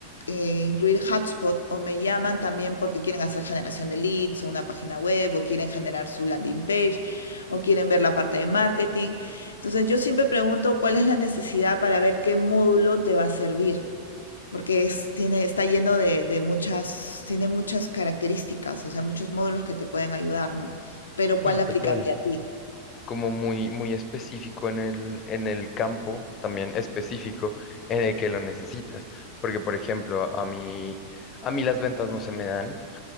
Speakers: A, on the left (about 70°); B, on the left (about 30°).
A: eh, incluir hotspot o me llaman también porque quieren hacer generación de leads o una página web o quieren generar su landing page o quieren ver la parte de marketing. Entonces yo siempre pregunto cuál es la necesidad para ver qué módulo te va a servir porque es, tiene, está lleno de, de, muchas, tiene muchas características, o sea, muchos módulos que te pueden ayudar, ¿no? Pero
B: Sí,
A: ¿cuál aplicaría
B: total.
A: a ti?
B: Como muy, muy específico en el, en el campo, también específico en el que lo necesitas. Porque, por ejemplo, a mí, a mí las ventas no se me dan,